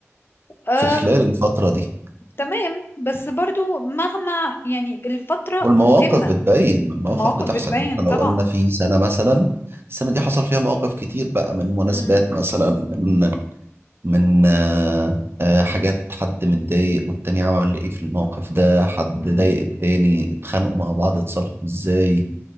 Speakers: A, on the left; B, on the right.
A: أم...
B: في خلال الفتره دي
A: تمام بس برضو مهما يعني الفترة
B: والمواقف
A: مهمة
B: بتبين المواقف
A: المواقف
B: بتحصل
A: بتبين
B: يعني احنا لو
A: طبعا
B: قلنا في سنه مثلا السنه دي حصل فيها مواقف كتير بقى من مناسبات
A: مم.
B: مثلا من من آه، آه، حاجات حد متضايق والتاني عمل ايه في الموقف ده حد
A: مم.
B: ضايق التاني اتخانقوا مع بعض اتصالحوا ازاي